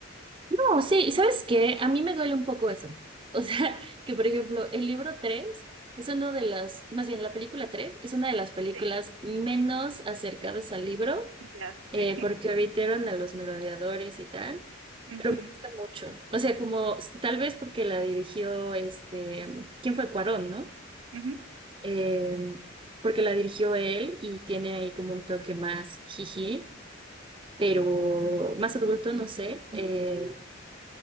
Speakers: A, on the right; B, on the right.
A: No, sí, ¿y ¿sabes qué? A mí me duele un poco eso. O sea, <laughs> que por ejemplo, el libro 3 es uno de las, más bien la película 3 es una de las películas
B: Sí,
A: menos acercadas al libro,
B: ya
A: eh,
B: sé. <laughs>
A: porque evitaron a los merodeadores y tal,
B: Ujú,
A: pero me gusta mucho. O sea, como s- tal vez porque la dirigió este, ¿quién fue Cuarón, no?
B: ujú,
A: Eh, porque la dirigió él y tiene ahí como un toque más jiji, pero más adulto, no sé. eh,